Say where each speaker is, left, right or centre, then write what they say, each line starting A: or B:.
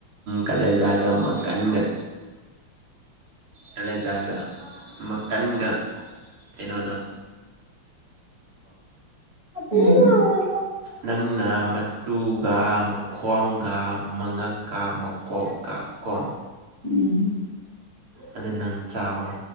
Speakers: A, on the right (about 80°); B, on the right (about 25°).
A: ꯀꯥꯂꯦꯖꯥꯒ ꯀꯟꯒ ꯑꯦꯂꯦꯖꯥꯒ ꯃꯈꯀꯟꯒ ꯑꯦꯩꯅꯣꯗ
B: ꯎꯝ
A: ꯅꯪꯅ ꯃꯇꯨꯒ ꯃꯈꯣꯡꯒ ꯃꯉꯛ ꯀꯥ ꯃꯀꯣ ꯀꯥ ꯀ
B: ꯎꯝ ꯎꯝ
A: ꯑꯗꯨ ꯅꯪ ꯆꯥꯎꯋ